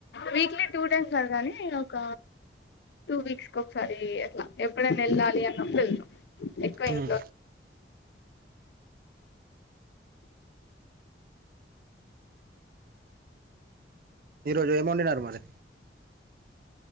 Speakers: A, on the left; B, on the right.
A: వీక్లీ టూ టైమ్స్ గాదు కానీ ఒక టూ వీక్స్ ఒకసారి అట్లా ఎప్పుడన్నా ఎళ్ళాలి అన్నప్పుడు ఎళ్తాం ఎక్కువ
B: మ్మ్
A: ఇంట్లో
B: ఈ రోజు ఏమెండిన్నారు మరి